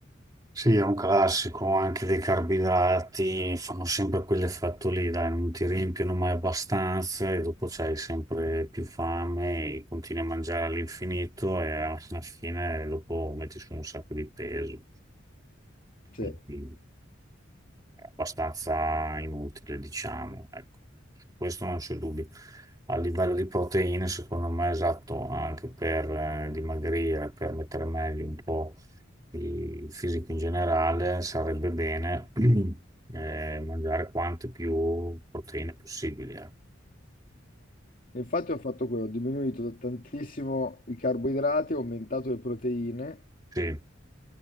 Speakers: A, on the right; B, on the left.
A: Sì, è un classico, anche dei carboidrati fanno sempre quell'effetto lì, dai, non ti riempiono mai abbastanza e dopo c'hai sempre più fame e continui a mangiare all'infinito e alla fine dopo metti su un sacco di peso,
B: Sì.
A: quindi è abbastanza inutile, diciamo, ecco. Su Questo non c'è dubbio. A livello di proteine, secondo me è esatto anche per eh, dimagrire, per mettere meglio un po' di fisico in generale, sarebbe bene <clears throat> eh, mangiare quante più proteine possibili. eh.
B: E Infatti ho fatto quello, ho diminuito da tantissimo i carboidrati, ho aumentato le proteine
A: Sì,